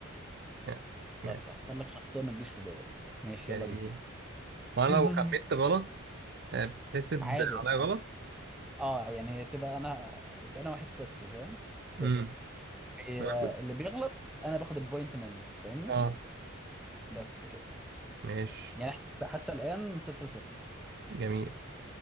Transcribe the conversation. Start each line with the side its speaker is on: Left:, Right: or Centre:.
Right: يعني يعني
Centre: طيب اختار لك شخصيه ما تجيش في بالك ماشي
Right: يعني
Centre: يلا
Right: النيل
Centre: بينا
Right: وأنا
Centre: <laughs>
Right: لو خمنت غلط آه، بتحسب
Centre: عادي
Right: عليا
Centre: أنا-
Right: غلط؟
Centre: اه يعني تبقى انا يبقى انا واحد صفر فاهم كده
Right: أمم
Centre: هي
Right: أنا كنت
Centre: اللي بيغلط انا باخد البوينت منه فاهمني
Right: أه
Centre: بس كده
Right: ماشي
Centre: يعني إحنا لسه حتى الان صفر صفر
Right: جميل